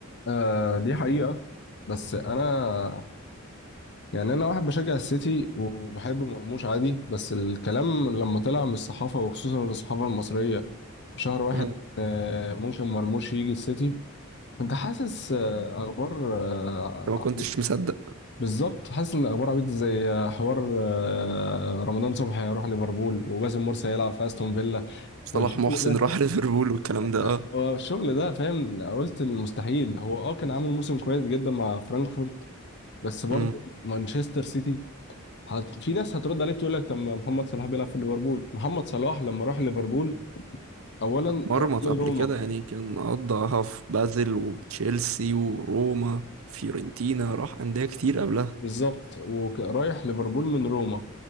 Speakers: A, on the left; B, on the right.
A: آه دي حقيقه بس انا يعني انا واحد بشجع السيتي وبحب مرموش عادي بس الكلام لما طلع من الصحافه وخصوصا الصحافه المصريه شهر واحد
B: امم
A: آه، ممكن مرموش يجي السيتي انت حاسس آه، اخبار آه،
B: انت ما كنتش مصدق
A: بالظبط حاسس ان اخبار عبيط زي آه، حوار آه، رمضان صبحي هيروح ليفربول وباسم مرسي هيلعب في استون فيلا
B: صلاح
A: والشغل
B: محسن
A: ده
B: راح ليفربول والكلام ده
A: آه،
B: اه
A: هو الشغل ده فاهم قلت المستحيل هو اه كان عامل موسم كويس جدا مع فرانكفورت بس برضه
B: امم
A: مانشستر سيتي هت... في ناس هترد عليك تقول لك طب ما محمد صلاح بيلعب في ليفربول محمد صلاح لما راح ليفربول اولا
B: اتمرمط
A: راح من
B: قبل
A: روما
B: كده يعني كان قضاها في بازل وتشيلسي وروما فيورنتينا راح أندية كتير قبلها
A: بالظبط ورايح ليفربول من روما